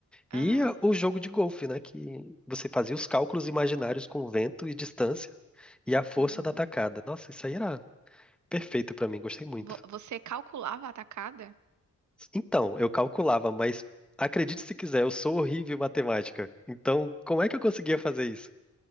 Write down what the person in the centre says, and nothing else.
E o jogo de golfe, né? Que você fazia os cálculos imaginários com vento e distância e a força
da atacada. Nossa, isso aí era perfeito pra mim, gostei muito.
Então, eu calculava, mas acredite se quiser, eu sou horrível em matemática. Então, como é que eu conseguia fazer isso?